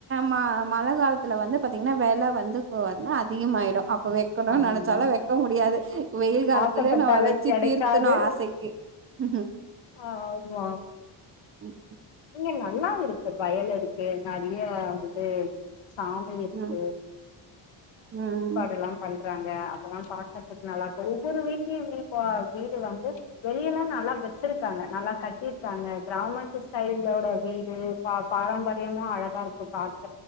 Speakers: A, on the right; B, on the left.
A: ம மழ காலத்துல வந்து பாத்தீங்கன்னா வெல வந்து இ வந்து அதிகமாயிடும் அப்ப க்கணும்னு
B: ஆமா
A: நினைச்சாலு வைக்க முடியாது வெயில் காலத்து
B: ஆசப்பட்டாலு
A: அதுலயே நம்ம வச்சு
B: கெடைக்காது
A: தீர்த்தனு ஆசைக்கு ம்
B: ஆமா
A: ம்
B: இங்க நல்லா இருக்கு வயல் இருக்கு நிறைய வந்து ச இருக்கு
A: ம் ம்
B: எல்லாம் பண்றாங்க அப்பெல்லாம் பாக்றதுக்கு நல்லாருக்கு ஒவ்வொரு வீட்லயுமே வீடு பா வந்து வெளியெல்லாம் நல்லா வச்சிருக்காங்க நல்லா கட்டிருக்காங்க கிராமத்து ஸைலோட வீடு பா பாரம்பரியமா அழகாருக்கு பாக்க